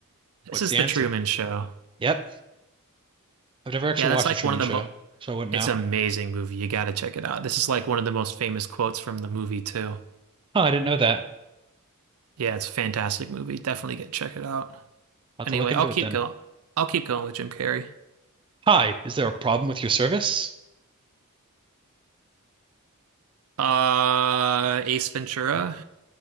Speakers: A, on the right; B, on the right.
A: This
B: What's
A: is
B: the
A: the
B: answer?
A: Truman Show.
B: Yep. I've never actually
A: Yeah, that's
B: watched
A: like
B: The Truman
A: one of the
B: Show,
A: mo
B: so I wouldn't
A: it's
B: know.
A: an amazing movie. You got to check it out. This is like one of the most famous quotes from the movie too.
B: Oh, I didn't know that. I'll
A: Yeah, it's a fantastic movie. Definitely get check it out.
B: have
A: Anyway,
B: to look into
A: I'll
B: it
A: keep
B: then.
A: going. I'll keep going with Jim Carrey.
B: Hi, is there a problem with your service?
A: Uh, Ace Ventura.